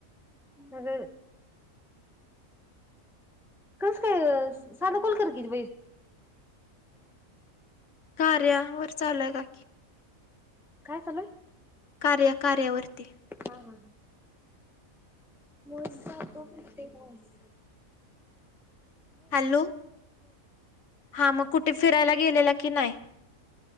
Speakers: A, in the centre; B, on the left.
A: अग कस काय ग साधा कॉल कर की!
B: कार्या वर चालय का?
A: काय चालू आहे.
B: कार्य कार्या वरर्ती.
A: हा हा व्हॉईस जातो म्हणते वाईस.
B: हॅलो! हा मग कुठे फिरायला गेलेला कि नाही?